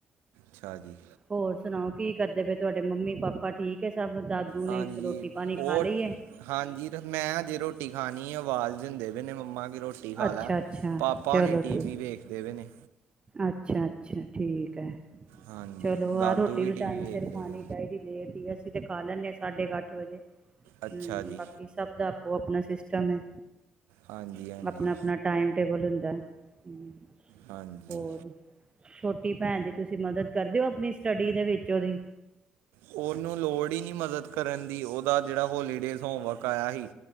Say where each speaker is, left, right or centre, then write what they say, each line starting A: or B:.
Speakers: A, on the right; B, on the right.
A: ਅੱਛਾ ਜੀ
B: ਹੋਰ ਸੁਣਾਓ ਕੀ ਕਰਦੇ ਪਏ ਤੁਹਾਡੇ ਮੰਮੀ ਪਾਪਾ ਠੀਕ ਹੈ। ਸਭ ਦਾਦੂ ਨੇ
A: ਹਾਂਜੀ
B: ਰੋਟੀ ਪਾਣੀ
A: ਉਹ
B: ਖਾ ਲਈ ਹੈ।
A: ਹਾਂਜੀ ਮੈਂਜੇ ਰੋਟੀ ਖਾਣੀ ਆ ਆਵਾਜ਼ ਦੇਵੇ ਨੇ ਮੰਮਾ ਰੋਟੀ ਖਾ
B: ਅੱਛਾ,
A: ਲੈ
B: ਅੱਛਾ
A: ਪਾਪਾ
B: ਚਲੋ
A: ਨੇ ਟੀ
B: ਠੀ
A: ਵੀ ਵੇਖਦੇ ਪਏ ਨੇ
B: ਅੱਛਾ, ਅੱਛਾ। ਠੀਕ ਹੈ।
A: ਹਾਂਜੀ
B: ਚਲੋ
A: ਦਾਦੂ
B: ਆਹ ਰੋਟੀ ਵੀ
A: ਟੀਵੀ
B: ਟਾਈਮ
A: ਵੇਖਦੇ
B: ਸਿਰ ਖਾਣੀ
A: ਪਏ
B: ਚਾਹੀਦੀ ਲੇਟ ਹੀ ਅਸੀਂ ਤੇ ਖਾ ਲੈਂਦੇ ਹਾਂ। ਸਾਢੇ ਕੁ ਅੱਠ ਵਜੇ
A: ਅੱਛਾ
B: ਹਮ
A: ਜੀ
B: ਬਾਕੀ ਸਭ ਦਾ ਉਹ ਆਪਣਾ ਸਿਸਟਮ ਹੈ।
A: ਹਾਂਜੀ ਹਾਂਜੀ
B: ਆਪਣਾ -ਆਪਣਾ ਟਾਈਮ ਟੇਬਲ ਹੁੰਦਾ। ਹਮ।
A: ਹਾਂਜੀ
B: ਹੋਰ ਛੋਟੇ ਰੋਟੀ ਪੈਣ ਦੀ ਤੁਸੀਂ ਮਦਦ ਕਰਦੇਓ ਆਪਣੀ ਸਟੱਡੀ ਦੇ ਵਿੱਚ ਉਹਦੀ
A: ਉਹਨੂੰ ਲੋੜ ਹੀ ਨਹੀਂ ਮਦਦ ਕਰਨ ਦੀ ਉਹਦਾ ਜਿਹੜਾ ਉਹ ਲੇਡੀੇ ਹੋਮਵਰਕ ਆਇਆ ਸੀ